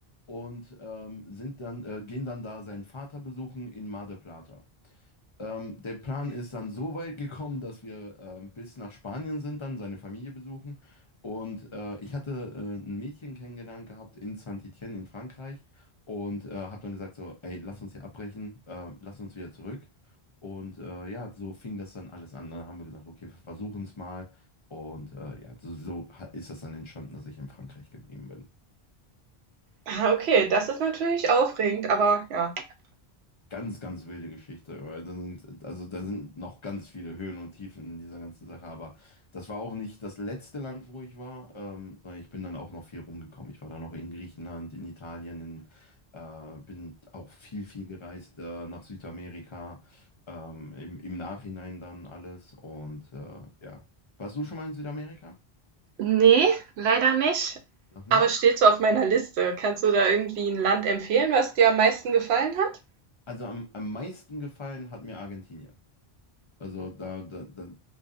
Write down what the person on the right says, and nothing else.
Ah, okay, das ist natürlich aufregend, aber ja.
Nee, leider nicht.
Aber steht so auf meiner Liste. Kannst du da irgendwie ein Land empfehlen, was dir am meisten gefallen hat?